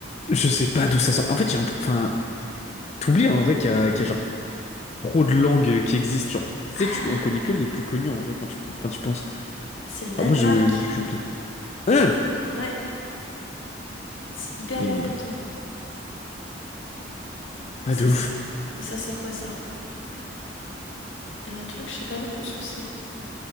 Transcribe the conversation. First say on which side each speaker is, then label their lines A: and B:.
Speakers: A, on the left; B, on the left.
A: je sais pas d'où ça sort. En fait, j'ai un... Enfin, t'oublies, en vrai, qu'il y a, qu'il y a genre trop de langues qui existent. Genre, tu
B: Ah,
A: sais, tu... on connaît que les plus connues, en vrai, quand tu, quand tu penses.
B: c'est le Danemark.
A: Enfin, moi, je, j'oublie. Hein
B: Ouais, c'est hyper
A: Mais
B: loin pourtant. Et
A: ah
B: ça,
A: de ouf.
B: c'est... Et ça, c'est quoi, ça? Et un truc, je sais pas non plus ce que c'est.